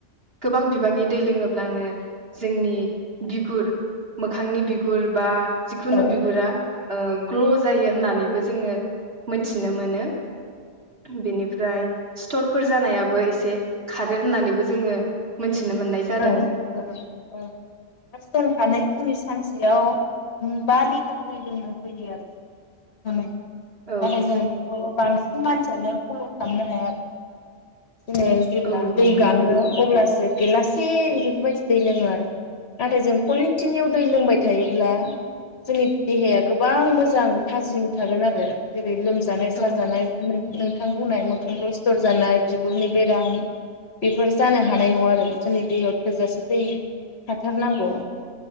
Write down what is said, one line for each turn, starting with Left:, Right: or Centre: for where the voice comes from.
Right: गोबां बिबांनि दै लोङोब्लानो जोंनि बिगुर मोखांनि बिगुर बा जिखुनु
Left: औ
Right: बिगुरा ग्ल' जायो होननानै बो जोङो मोनथिनो मोनो बेनिफ्राय स्थरफोर जानायाबो एसे खारो होननानैबो जोङो मोनथिनो मोननाय जादों
Left: औ औ औ <unintelligible> जों हानायखिनि सानसेयाव बा लिटार दै लोंनो होयो आरो नाथाय
Right: औ
Left: जों बेखौ बांसिन मानसियानो फल' खालामनो हाया आरो जोङो जेब्ला
Right: औ नंगौ
Left: दै गाङो अब्ला गेलासे बेफोरबायदि दै लोङो आरो नाथाय जों खनथिनिउ दै लोंबाय थायोब्ला जोंनि देहाया गोबां मोजां थाजिम थागोन आरो ओरो लोमजानाय साजानाय
Right: औ
Left: नोंथां बुंनाय मोखांफोराव सिथर जानाय बिगुरनि बेराम बेफोर जानो हानाय नङा आरो जोंनि दैयाव थोजासे दै थाथारनांगौ